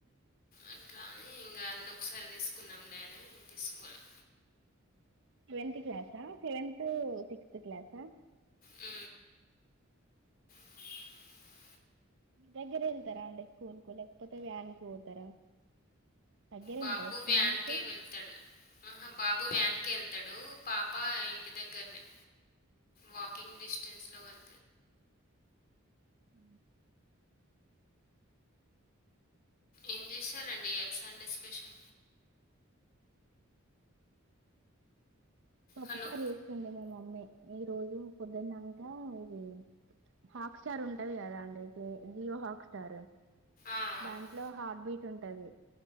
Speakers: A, on the left (about 45°); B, on the right (about 65°).
A: అట్లా అని ఇంకా అన్నీ ఒకసారి తీసుకున్నాంలే అని తీసుకోలే
B: seventh class seventh six class
A: ఆ అ
B: మీ దగ్గర వెళ్తారా అండి స్కూల్ కు లేకపోతే వ్యాన్ కు పోతారా దగ్గరే
A: బాబు
B: ఉంటదా స్కూల్
A: వ్యాన్కే
B: మీకు
A: వెళ్తాడు ఆహా బాబు వ్యాన్ కే వెళ్తాడు పాప ఇంటి దగ్గరనే వాకింగ్ డిస్టెన్స్వెళ్ళ
B: అ
A: ఏం చేశారండి ఇలా సండే స్పెషల్
B: పాప్పు
A: హలో!
B: చారేస్త వస్తుంది మా మమ్మీ ఈ రోజు పొద్దున్నక ఇది హాక్ స్టార్ ఉంటది కదా అండి ఇయితే జియో హాక్స్టార్
A: ఆ! ఆ.
B: దాంట్లో హార్ట్ బీట్ ఉంటది